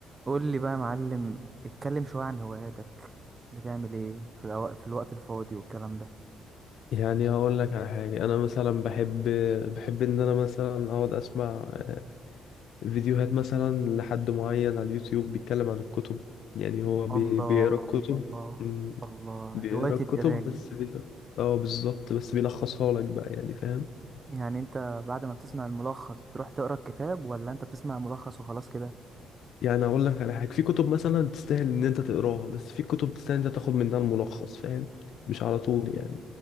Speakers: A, on the right; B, on the left.
A: قول لي بقى يا معلم اتكلم شوية عن هواياتك بتعمل ايه في الأو... في الوقت الفاضي والكلام ده
B: يعني هقول لك على حاجة أنا مثلا بحب بحب إن أنا مثلا أقعد أسمع آه، فيديوهات مثلا لحد معين على اليوتيوب بيتكلم عن الكتب يعني هو بي...
A: الله
B: بيقرا الكتب
A: الله
B: أمم،
A: الله
B: بيقرا
A: هواية
B: الكتب
A: القراية
B: بس بيقرا اه بالظبط بس بيلخصها لك بقى يعني فاهم
A: يعني انت بعد ما بتسمع الملخص بتروح تقرا الكتاب ولا انت بتسمع الملخص وخلاص كده
B: يعني أقول لك على حاجة في كتب مثلا تستاهل إن أنت تقراها بس في كتب تستاهل إن أنت تاخد منها الملخص فاهم مش على طول يعني